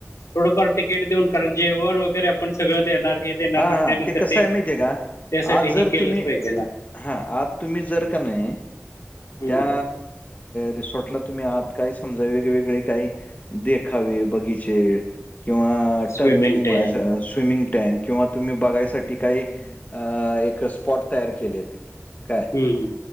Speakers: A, on the left (about 80°); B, on the left (about 30°).
A: थोडंफार तिकीट देऊन. कारण जेवण वगैरे आपण सगळ देणार हे देणार
B: हा
A: म्हटल्यानंतर
B: हा ते कसं आहे माहिती आहे का,
A: त्यासाठी
B: आज जर
A: हे केलंच
B: तुम्ही
A: पाहिजे ना
B: हा आज तुम्ही जर का नाही
A: हम्म
B: त्या रिसॉर्टला तुम्ही आत काय समजा वेगवेगळे काही देखावे, बगीचे किंवा
A: स्विमिंग
B: टर्निंग
A: टँक
B: म स स्विमिंग टँक किंवा तुम्ही बघायसाठी काही अ एक स्पॉट तयार केलेत काय
A: हम्म